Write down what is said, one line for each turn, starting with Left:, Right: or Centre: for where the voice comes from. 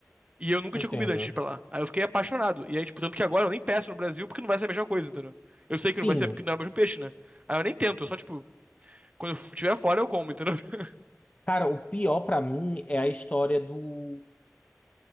Right: E eu nunca
Left: entendo.
Right: tinha comido antes de ir pra lá. Aí eu fiquei apaixonado. E aí, tipo, tanto que agora eu nem peço no Brasil porque não vai ser a mesma coisa, entendeu? Eu sei
Left: Sim.
Right: que não vai ser porque não é o mesmo peixe, né? Aí eu nem tento, eu só, tipo, quando eu estiver fora eu como, entendeu? <laughs>
Left: Cara, o pior pra mim é a história do